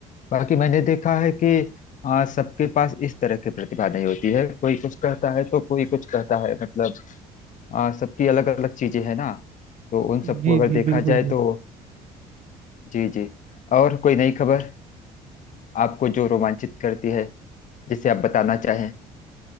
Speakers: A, on the left; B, on the right.
A: बाकी मैंने देखा है कि आ, सबके पास इस तरह की प्रतिभा नहीं होती है कोई कुछ कहता है तो कोई कुछ कहता है मतलब आ, सबकी अलग अलग चीजें हैं ना तो उन सबको
B: जी
A: अगर
B: जी
A: देखा
B: बिल्कुल
A: जाए
B: बिल्कुल
A: तो जी जी और कोई नई खबर आपको जो रोमांचित करती है जिसे आप बताना चाहें